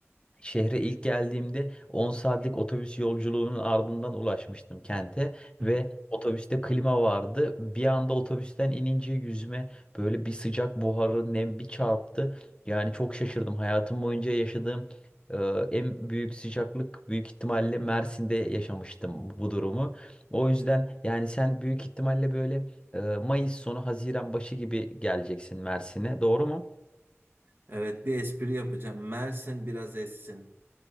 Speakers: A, on the left; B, on the right.
A: Şehre ilk geldiğimde 10 saatlik otobüs yolculuğunun ardından ulaşmıştım kente
B: <laughs>
A: ve otobüste klima vardı. Bir anda otobüsten inince yüzüme böyle bir sıcak buharı nem bir çarptı. Yani çok şaşırdım. Hayatım boyunca yaşadığım e, en büyük sıcaklık büyük ihtimalle Mersin'de yaşamıştım bu durumu. O yüzden yani sen büyük ihtimalle böyle e, Mayıs sonu Haziran başı gibi geleceksin Mersin'e, doğru mu?
B: Evet bir espri yapacağım. Mersin biraz essin.